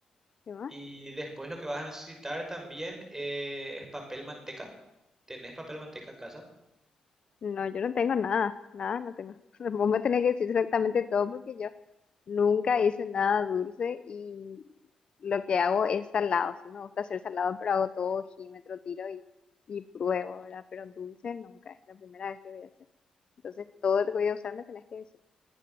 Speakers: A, on the left (about 50°); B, on the right (about 20°).
A: ¿Qué más?
B: Y después lo que vas a necesitar también eh, es papel manteca. ¿Tenés papel manteca en casa?
A: No, yo no tengo nada, nada, no tengo. <laughs> Vos me tenés que decir exactamente todo porque yo nunca hice nada dulce y lo que hago es salado. Sí, me gusta hacer salado, pero hago todo ojímetro, tiro y, y pruebo, ¿verdad? Pero dulce nunca, es la primera vez que voy a hacer. Entonces, todo lo que voy a usar me tenés que decir.